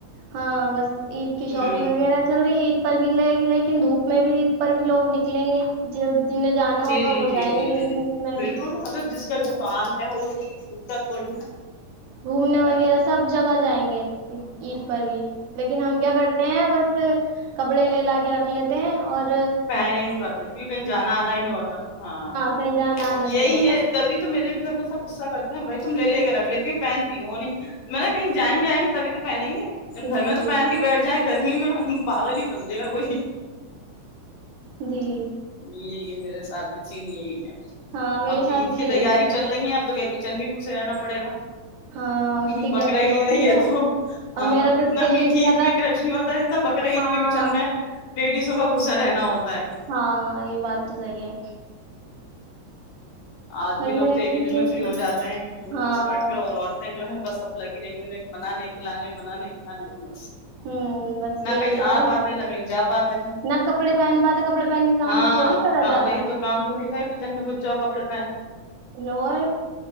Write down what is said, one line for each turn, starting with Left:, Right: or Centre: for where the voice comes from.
Right: ہاں بس عید
Left: کہا
Right: کی شاپنگ
Left: ہوں
Right: وغیرہ چل رہی عید پر بھی لے گی لے کے دھوپ میں بھی عید پر بھی لگ نکل نکلیں گے جو جنہیں جانا
Left: جی
Right: ہوگا
Left: جی
Right: وہ
Left: جی
Right: جائیں
Left: جی
Right: گے
Left: جی جی
Right: دھوپ میں
Left: بالکل
Right: بھی
Left: اگر جس کا جو کام ہے وہتا تھوڑی
Right: گھومنے وغیرہ سب جگہ جائیں گے عید پر بھی لیکن ہم کیا کرتے ہیں بس کپڑے لے لا کے رکھ لیتے ہیں اور
Left: پہن ہی نہیں پاتے کیونکہ کہیں جانا آنا ہی نہیں ہوتا ہاں
Right: کہیں جانا آنا نہیں
Left: یہی
Right: ہوتا
Left: ہے تبھی تو میرے گھر میں سب غصہ کرتے ہیں بھائی تم لے کے رکھ لیتی ہو پہنتی ہو نہیں میں نا کہیں جائیں گے آئ گے تبھی تو پہنیں گے گھر
Right: جی
Left: میں تو پہن کے بیٹھ جائیں گ گرمی میں ہم پاگل ہی سمجھے گا کوئی
Right: جی
Left: یہ یہ میرے ساتھ بھی تھی نہیں ہے ہے اب
Right: ہاں میرے ساتھ
Left: تو عید
Right: بھی
Left: کی
Right: یہی
Left: تیاری
Right: ہے
Left: چل رہی ہیں اب تو کیا کچن بھی پھسے رہنا پڑے گا
Right: ہاں اتنی
Left: ہ بکرا
Right: گرمی ہو
Left: عید
Right: رہی
Left: ہے یہ تو ہاں
Right: اور میرا
Left: اتنا
Right: تو دل
Left: میٹھی
Right: ہی نہیں
Left: عید
Right: کر رہا
Left: پہ کرش نہیں ہوتا اتنا بکرا عید
Right: ہاں
Left: پہ کچن میں ہے لیڈیزوں کا غصہ رہنا ہوتا پ
Right: ہاں یہ بات تو صحی ہے
Left: آدمی
Right: اور
Left: لوگ تو ایک
Right: بھی
Left: ہی دن
Right: یہی
Left: میں فری ہو جاتے ہیں گوشت
Right: ہاں
Left: ووشت کاٹ کے اور عورتیں جو ہیں بس اب لگی رہی انہیں بنانے کھلے بنانے کھلانے میں بس
Right: ہوں بس یہی
Left: نہ کہیں
Right: تو ہے
Left: آ پاتے نہ کہیں جا پاتے ہیں
Right: نہ کپڑے پہن پاتے کپڑے پہن کے کام
Left: ہاں
Right: تھوڑی کرا جاتا
Left: وہی تو کام تھوڑی کر کچن میں گچ جاؤ کپے تنک
Right: اور